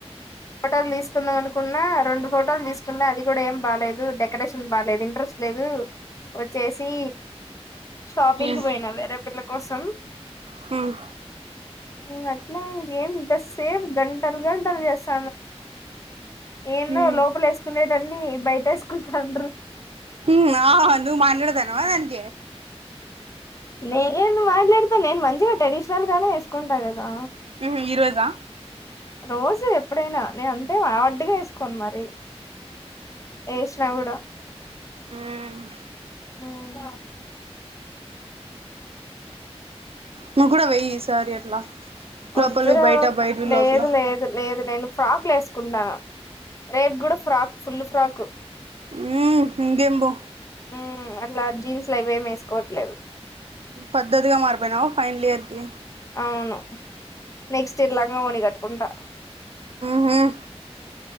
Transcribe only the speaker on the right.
హ్మ్
హ్మ్
హ్మ్
హ్మ్ ఆ హా హా హ నువ్ మాట్లాడతానవా దాన్ గ్
ఉమ్ హు ఈ రోజా
హ్మ్
నువ్ కూడా వెయ్యి ఈ సారి అట్లా
లోపలివి బయట బయటివి
లోపల
హుమ్మ్ ఇంగెంబో
పద్ద్దతిగా మారిపోయినవ ఫైనల్ ఇయర్ కి
మ్